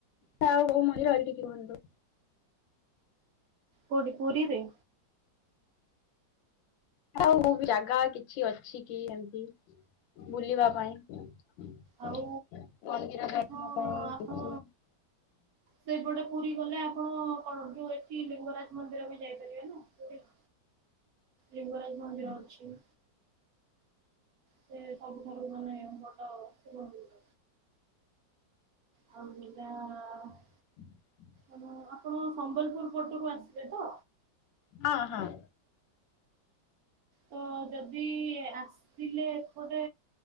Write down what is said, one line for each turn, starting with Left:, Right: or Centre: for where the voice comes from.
Left: ଛା ଆଉ କୋଉ ମନ୍ଦିର ଏଠି ଟିକି କୁହନ୍ତୁ?
Right: କୋଉଠି ପୁରୀରେ?
Left: ନା ଆଉ କୋଉବି ଜାଗା କିଛି ଅଛି କି ଏମତି ବୁଲିବା ପାଇଁ ମନ୍ଦିର
Right: ଆଉ
Left: ଦର୍ଶନ
Right: ହଁ
Left: ପାଇଁ
Right: ଆପଣ
Left: କିଛି।
Right: ସେଇପଟେ ପୁରୀ ଗଲେ ଆପଣ କଣ ଯୋଉ ଏଠି ଲିଙ୍ଗରାଜ ମନ୍ଦିର ବି ଯାଇପାରିବେ ନା। ପୁରୀ ଲିଙ୍ଗରାଜ ମନ୍ଦିର
Left: ହୁଁ।
Right: ଅଛି। ସେ ସବୁଠାରୁ ମାନେ ବଡ ଶିବ ମନ୍ଦିର। ଆଉ <unintelligible>
Left: ହୁଁ ହଁ
Right: ଆଉ ମୁଁ ଆପଣ ସମ୍ବଲପୁର ପଟରୁ ଆସିବେ ତ?
Left: ହଁ, ହଁ।
Right: ତ ଯଦି ଆସିଲେ ଏପଟେ